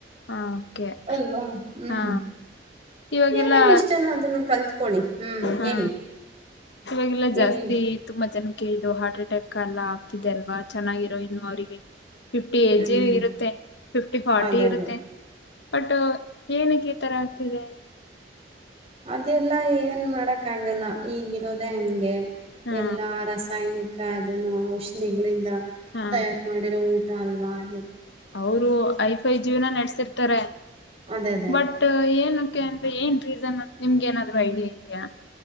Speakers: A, on the left; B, on the right.
A: ಹಾ ಓಕೆ
B: ಅವಾ ಹ್ಮ್
A: ಹಾ ಇವಾಗೆಲ್ಲಾ
B: ಏನನ್ ಇಷ್ಟಾನ ಅದನ್ನ ಕಲ್ತ್ಕೊಳ್ಳಿ ಹ್ಮ್
A: ಹಾ
B: ಹೇಳಿ
A: ಇವಾಗೆಲ್ಲಾ
B: ಹೇಳಿ
A: ಜಾಸ್ತಿ
B: ಹೇಳಿ
A: ತುಂಬಾ ಜನಕ್ಕೆ ಇದು ಹಾರ್ಟ್ ಅಟ್ಯಾಕ್ ಎಲ್ಲ ತಿದೆ ಅಲ್ವಾ ಚೆನ್ನಾಗಿರೋ ಇನ್ನು ಅವರಿಗೆ ಫಿಫ್ಟಿ ಏಜ್
B: ಹ್ಮ್
A: ಇರುತ್ತೆ ಫಿಫ್ಟಿ ಫಾರ್ಟಿ
B: ಅದೇ
A: ಇರುತ್ತೆ
B: ಅದೇ
A: ಬಟ್ ಏನಕ್ಕೆ ಈ ತರ ಆಗ್ತಿದೆ
B: ಅದೆಲ್ಲ ಏನ್ ಮಾಡಕ್ ಆಗಲ್ಲ ಈಗಿರೋದೆೇ ಹಂಗೆ
A: ಹಾ
B: ಎಲ್ಲಾ ರಾಸಾಯನಿಕ ಅೇನು ಔಷಧಿಗಳಿಂದ
A: ಹಾ
B: ತಯಾರು ಮಾಡಿರೋ ಊಟ ತಲ್ವಾರ
A: ಅವರು ಐಫೈ ಜೀವ್ನ ನಡೆಸಿರ್ತಾರೆ
B: ಅದೇ ಅದೇ
A: ಬಟ್
B: ಅದೇ
A: ಏನಕ್ಕೆ ಅಂತ ಏನ್ ರೀಸನ್ ಅ ನಿಮ್ಗೆ ಏನಾದ್ರು ಐಡಿಯಾ ಇದೆಯಾ